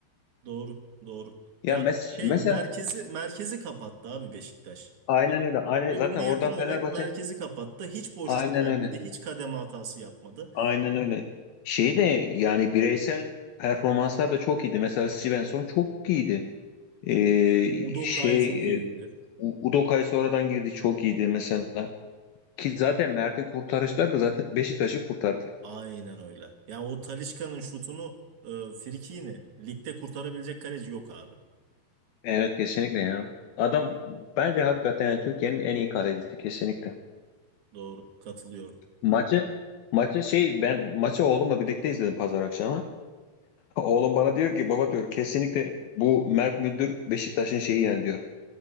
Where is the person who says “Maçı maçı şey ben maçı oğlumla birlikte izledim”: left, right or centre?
Left